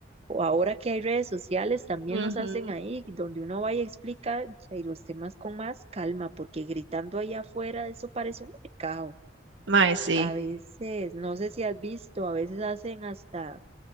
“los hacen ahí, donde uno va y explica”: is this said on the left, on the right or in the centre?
Right